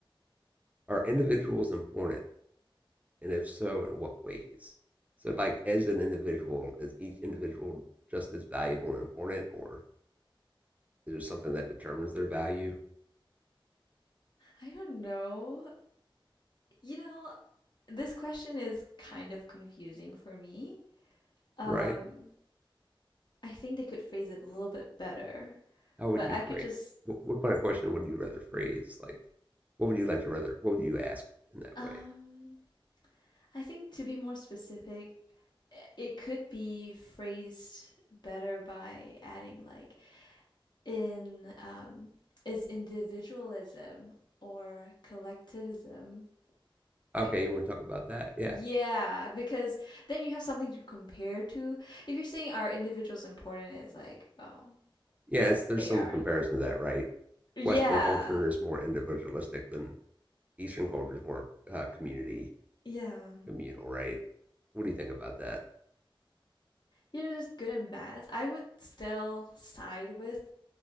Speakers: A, on the right; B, on the left.
A: Are individuals important? And if so, in what ways? So, like, as an individual, is each individual just as valuable and important, or is there something that determines their value?
B: I don't know. You know, this question is kind of confusing for me. Um,
A: Right.
B: I think they could phrase it a little bit better,
A: How would
B: but
A: you
B: I
A: phrase?
B: could just,
A: What, what kind of question would you rather phrase? Like, what would you like to rather? What would you ask in that
B: um,
A: way?
B: I think to be more specific, eh, it could be phrased better by adding like in um, is individualism or collectivism
A: Okay,
B: like
A: you want to talk about that? Yeah,
B: yeah because then you have something to compare to. If you're saying are individuals important, it's like oh
A: yeah.
B: yes
A: It's, there's
B: they
A: some
B: are.
A: comparison to that, right?
B: Yeah.
A: Western culture is more individualistic than Eastern culture is more uh, community
B: Yeah.
A: communal, right? What do you think about that?
B: You know, there's good and bad. I would still side with